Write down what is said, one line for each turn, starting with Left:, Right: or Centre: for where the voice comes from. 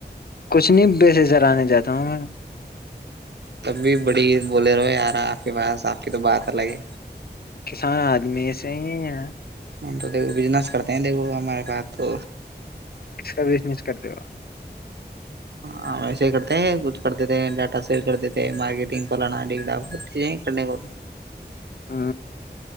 Left: کچھ نہیں بیس سر آنے جاتا ہوں میں
Right: تب بھی بڑی بولے رہو یارا آپ کے پاس آپ کی تو بات الگ ہی
Left: کسان آدمی ا سے ہی ہے
Right: ہم تو دیکھو بزنس کرتے ہیں دیکھو ہمارے پاس تو
Left: ک کا بزنس کرتے ہو
Right: ہاں وسے ہی کرتے ہیں کچھ کر دیتے ہیں ڈاٹا سیل کر دیتے مارکیٹنگ فلانا ڈا ب چیزیں کرنے کا
Left: ہ